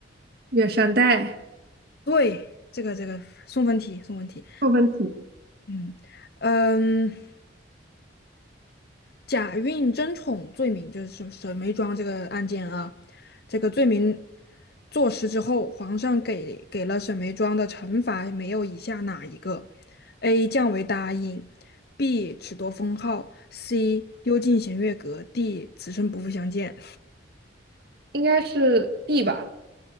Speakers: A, on the right; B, on the left.
A: 远山黛
B: 对，这个这个送分题，送分题。
A: 部分体，
B: 嗯嗯，假孕争宠罪名就是沈沈眉庄这个案件啊，这个罪名坐实之后，皇上给给了沈眉庄的惩罚没有以下哪一个？A. 降为答应，B. 褫夺封号，C. 幽禁衔月阁，D. 此生不复相见。
A: 应该是 B 吧？